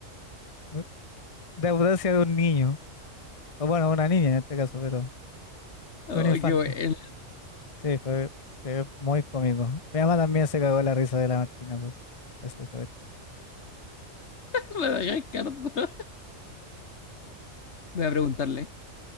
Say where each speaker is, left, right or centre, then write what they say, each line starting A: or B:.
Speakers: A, on the left; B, on the left.
A: de, de audacia de un niño. O bueno, una niña en este caso, pero
B: ay,
A: de un infante.
B: qué bueno,
A: Sí, fue, fue muy cómico. Mi mamá también se cagó la risa de la Martina. Pues, esa- esa vez.
B: <laughs> Madagascar 2. Voy a preguntarle.